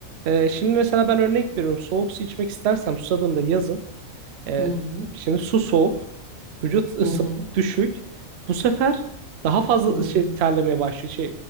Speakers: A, on the right (about 60°); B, on the right (about 80°).
A: E, şimdi mesela ben örnek veriyorum. Soğuk su içmek istersem susadığımda yazın E,
B: Hı hı.
A: şimdi su soğuk, vücut ısı
B: Hı hı.
A: düşük. Bu sefer daha fazla
B: Hı.
A: şey terlemeye başlıyor, şey